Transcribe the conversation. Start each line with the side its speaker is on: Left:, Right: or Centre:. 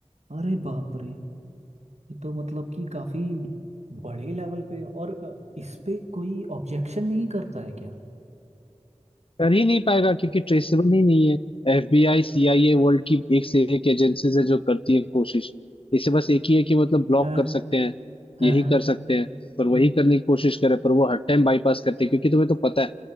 Right: अरे बाप रे ये तो मतलब कि काफी बड़े लेवल पे और अ, इस पे कोई ऑब्जेक्शन नहीं करता है क्या
Left: कर ही नहीं पाएगा क्योंकि ट्रेसेबल ही नहीं है एफबीआई सीआईए world की एक से एक एजेंसीज है जो करती है कोशिश इसे बस एक ही है कि मतलब ब्लॉक
Right: हाँ
Left: कर सकते हैं
Right: हाँ
Left: यही
Right: हाँ
Left: कर सकते हैं पर वही करने की कोशिश करे पर वो हर टाइम बाईपास करते हैं क्योंकि तुम्हें तो पता है